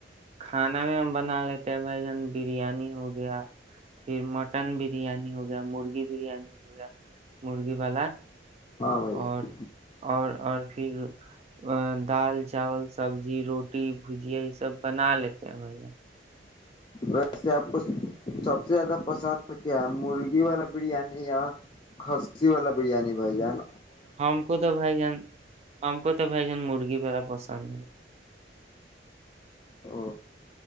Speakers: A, on the right; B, on the left.
A: کھانا میں ہم بنا لیتے ہیں بھائی جان بریانی ہو گیا پھر مٹن بریانی ہو گیا مرغی بریانی ہو گیا مرغی والا
B: ہاں بھائی جان
A: اور اور اور پھر ا دال چاول سبزی روٹی بھجیا یہ سب بنا لیتے ہیں بھیا
B: ویسے آپ کو سب سے زیادہ پسند کیا ہے مرغی والا بریانی یا کسی والا بریانی بائی جائے نا
A: ہم کو تو بھائی جان ہم کو تو بھائی جان مرغی ا پسند
B: او